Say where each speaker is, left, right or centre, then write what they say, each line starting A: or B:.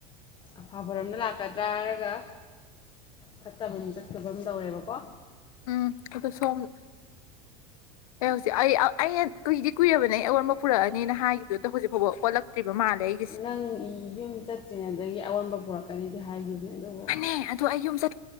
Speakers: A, on the left (about 25°); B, on the left (about 85°).
A: ꯑꯐꯕꯔꯣꯝꯗ ꯂꯥꯛꯀꯗ꯭ꯔꯥ ꯍꯥꯏꯔꯒ ꯐꯠꯇꯕ ꯑꯃ ꯆꯠꯇꯕ ꯑꯝ ꯇꯧꯔꯦꯕꯀꯣ꯫
B: ꯎꯝ ꯑꯗ ꯁꯣꯝ ꯑꯩ ꯍꯧꯖꯤꯛ ꯑꯩ ꯑꯩ ꯀꯨꯏꯗꯤ ꯀꯨꯏꯔꯕꯅꯦ ꯑꯩ ꯑꯑꯣꯟꯕ ꯄꯨꯔꯛꯑꯅꯤꯅ ꯍꯥꯏꯈꯤꯕꯗꯨꯗꯣ ꯍꯧꯖꯤꯛꯐꯥꯎꯕ ꯑꯣꯜꯂꯛꯇ꯭ꯔꯤꯕ ꯃꯥꯜꯂꯦ ꯑꯩ
A: ꯅꯪ ꯌꯨꯝ ꯆꯠꯇ꯭ꯔꯤꯉꯩꯗꯒꯤ ꯑꯑꯣꯟꯕ ꯄꯨꯔꯛꯀꯅꯤꯗꯤ ꯍꯥꯏꯈꯤꯕꯅꯦ ꯑꯗꯨꯕꯨ
B: ꯑꯦ ꯑꯗꯣ ꯑꯩ ꯌꯨꯝ ꯆꯠ